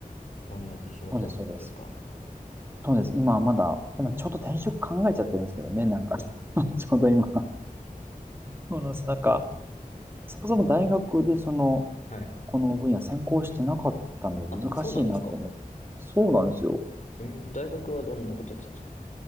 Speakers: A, on the left; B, on the right.
A: 同じ仕事ですか
B: そうです、そうです。そうです。今はまだ、今ちょっと転職考えちゃってるんですけどね、なんか
A: ううんうん。
B: <laughs> ち
A: うん
B: ょうど今。そうなんです。なんか、そもそも大学でその、
A: はい。
B: この分野専攻してなかったので難しいなと思って。
A: あ、そうなんですか。
B: そうなんですよ。
A: えー大学はどんなことやってたんですか